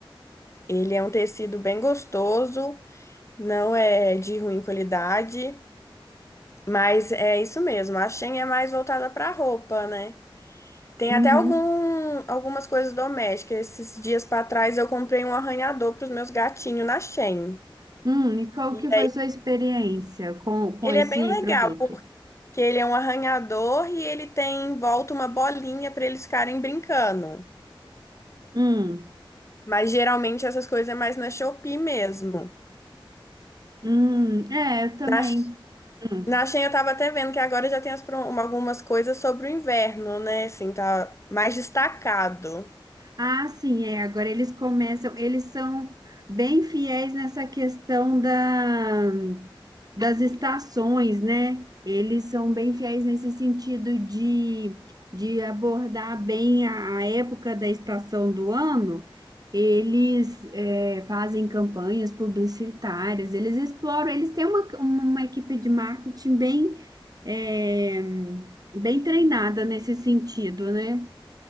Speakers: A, on the left; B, on the right.
A: Ele é um tecido bem gostoso, não é de ruim qualidade. Mas é isso mesmo, a Shein é mais voltada para roupa, né? Tem
B: Uhum.
A: até algum, algumas coisas domésticas. Esses dias para trás eu comprei um arranhador para os meus gatinhos na Shein.
B: Hum, e qual
A: E
B: que foi sua experiência com, com
A: ele
B: esse
A: é bem legal,
B: produto?
A: porque ele é um arranhador e ele tem em volta uma bolinha para eles ficarem brincando.
B: Hum,
A: Mas geralmente essas coisas é mais na Shopee mesmo.
B: hum, é, eu também.
A: Na,
B: Hum.
A: na Shein eu tava até vendo que agora já tem as pro- algumas coisas sobre o inverno, né? Assim, tá mais destacado.
B: Ah, sim, é. Agora eles começam, eles são bem fiéis nessa questão da, das estações, né? Eles são bem fiéis nesse sentido de, de abordar bem a, a época da estação do ano. Eles é, fazem campanhas publicitárias, eles exploram, eles têm uma, uma equipe de marketing bem, é, bem treinada nesse sentido, né?